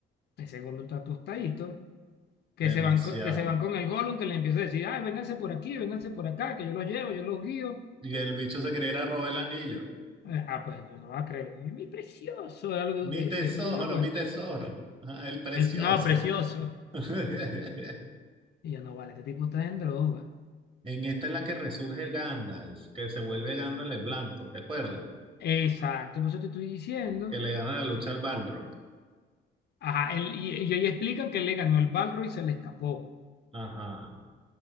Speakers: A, on the left; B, on the right.
A: Ese Gollum está tostadito. Que
B: Demasiado.
A: se van con, que se van con el Gollum, que le empieza a decir, ay, vénganse por aquí, vénganse por acá, que yo los llevo, yo los guío.
B: Y el bicho se quería ir a robar el anillo.
A: Eh, Ah, pues no va a creer, mi precioso, era lo digo
B: Mi
A: que decía,
B: tesoro,
A: eso sí me acuerdo.
B: mi tesoro, Ah, el precioso.
A: El, no, precioso.
B: <laughs>
A: Y yo, no, vale, este tipo está en droga.
B: En esta es la que resurge Gandalf, que se vuelve Gandalf el blanco, ¿te acuerdas?
A: Exacto, por eso te estoy diciendo.
B: Que le gana la lucha al Balrog.
A: Ajá, él- y, y ahí explican que él le ganó el Balrog y se le escapó.
B: Ajá.